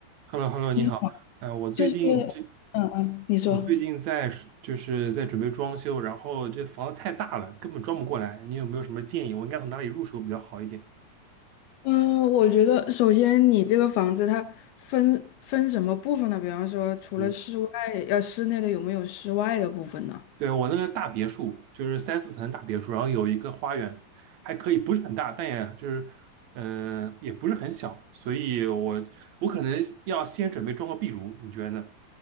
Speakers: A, on the right; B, on the left.
A: h e l l o h e l l o 你好。
B: 你好，
A: 呃，我最近这，
B: 就是，嗯嗯，你说，
A: 我最近在就是在准备装修，然后这房子太大了，根本装不过来。你有没有什么建议？我应该从哪里入手比较好一点？
B: 嗯，我觉得首先你这个房子它分分什么部分呢？比方说，除了室外，
A: 嗯，
B: 呃，室内的有没有室外的部分呢？
A: 对，我那个大别墅，就是三四层的大别墅，然后有一个花园，还可以，不是很大，但也就是，嗯、也不是很小，所以我我可能要先准备装个壁炉，你觉得呢？